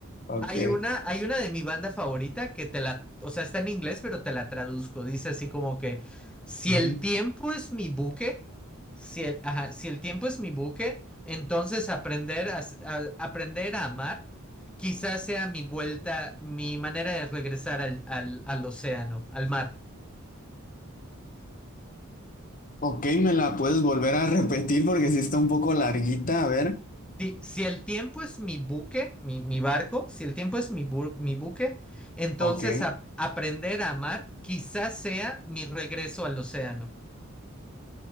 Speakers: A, on the left; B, in the centre.
A: Ok.
B: hay una, hay una de mi banda favorita que te la, o sea, está en inglés, pero te la traduzco. Dice así como que, si
A: Ujú.
B: el tiempo es mi buque, si el, ajá, si el tiempo es mi buque, entonces aprender a, s- a- aprender a amar quizás sea mi vuelta, mi manera de regresar al, al, al océano, al mar.
A: Ok, me la puedes volver a repetir porque sí está un poco larguita, a ver.
B: Si, si el tiempo es mi buque, mi, mi barco, si el tiempo es mi, bu- mi buque, entonces
A: Ok.
B: a- aprender a amar quizás sea mi regreso al océano.